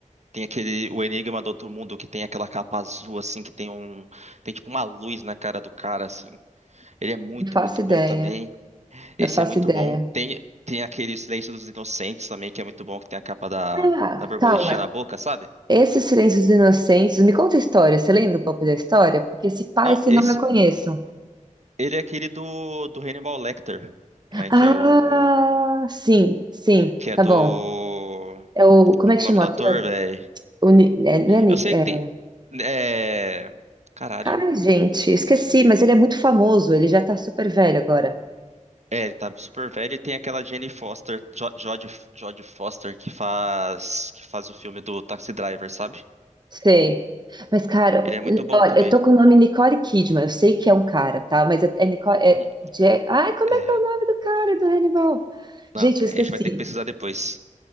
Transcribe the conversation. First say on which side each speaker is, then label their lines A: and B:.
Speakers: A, on the right; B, on the right.
A: tem aquele O Enigma do Outro Mundo que tem aquela capa azul assim, que tem um, tem tipo uma luz na cara do cara assim. Ele é muito,
B: Não faço
A: muito
B: ideia,
A: bom também.
B: não
A: Esse
B: faço
A: é muito
B: ideia.
A: bom. Tem, tem aquele Silêncio dos Inocentes também que é muito bom, que tem a capa da,
B: Ah,
A: da borboletinha
B: calma.
A: na boca, sabe?
B: Esses Silêncios Inocentes, me conta a história. Você lembra um pouco da história? Porque esse pai,
A: Não,
B: esse
A: esse,
B: nome eu conheço.
A: ele é aquele do, do Hannibal Lecter,
B: Ah,
A: né? Que é o,
B: sim, sim,
A: que é
B: tá
A: do,
B: bom. É o, como
A: como
B: é
A: que
B: que
A: é o nome
B: chama
A: do
B: o ator?
A: ator, velho?
B: O Ni- é, não é Nick,
A: Eu sei
B: é...
A: que tem. É. Caralho.
B: Cara, gente, esqueci, mas ele é muito famoso, ele já tá super velho agora.
A: É, ele tá super velho e tem aquela Jane Foster, Jo- Jodie Jodie Foster, que faz. que faz o filme do Taxi Driver, sabe?
B: Sei. Mas, cara,
A: Ele é muito bom
B: olha,
A: também.
B: eu tô com o nome Nicole Kidman. Eu sei que é um cara, tá? Mas é, é Nicole. É
A: Uhum.
B: Ja- Ai, como
A: É.
B: é que é o nome do cara do Hannibal?
A: Não,
B: Gente, eu
A: a
B: esqueci.
A: gente vai ter que pesquisar depois.